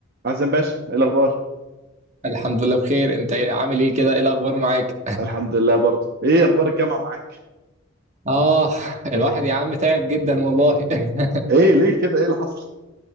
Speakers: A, on the right; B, on the right.
A: عزام باشا ايه الاخبار
B: الحمد لله بخير انت ايه- عامل ايه كده ايه الاخبار معاك
A: الحمد لله برضه ايه اخبار الجامعه معاك
B: اه <laughs> الواحد يا عم تعب جدا والله <laughs>
A: ايه ليه كده ايه اللي حصل